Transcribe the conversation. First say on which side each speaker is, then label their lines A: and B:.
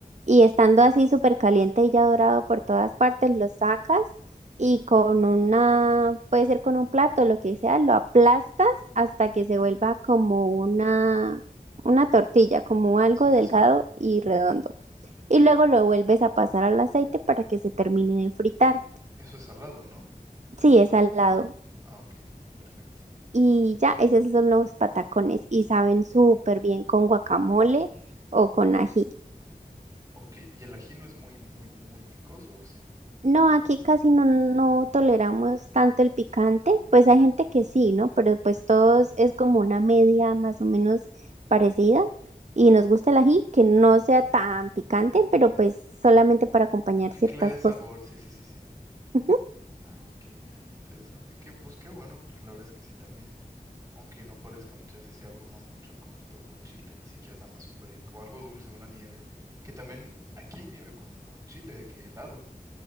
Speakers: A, on the right; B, on the right.
A: Y estando así súper caliente y ya dorado por todas partes, lo sacas y con una, puede ser con un plato, lo que sea, lo aplastas hasta que se vuelva como una, una tortilla, como algo
B: Sí,
A: delgado
B: sí, sí.
A: y redondo y luego lo vuelves a pasar al aceite para que se termine de fritar.
B: Eso es salado, ¿no?
A: Sí, es salado
B: Ah, ok, perfecto.
A: Y ya, esos son los patacones y saben súper bien con guacamole o con ají.
B: Ok, y el ají no es muy, muy, muy picoso, ¿o sí?
A: No, aquí casi no, no toleramos tanto el picante, pues hay gente que sí, ¿no? Pero pues todos es como una media más o menos parecida y nos gusta el ají, que no sea tan picante, pero pues solamente para acompañar
B: Que,
A: ciertas
B: que le dé sabor,
A: cosas.
B: sí, sí, sí, sí.
A: <laughs>
B: Ah, ok, mira, qué interesante. Que, pues qué bueno, porque la verdad es que sí también, aunque no parezca muchas veces, sí abruma mucho el comer todo con chile y si quieres nada más un break o algo dulce, una nieve. Que también aquí hay nieve con, con chile, de que helado.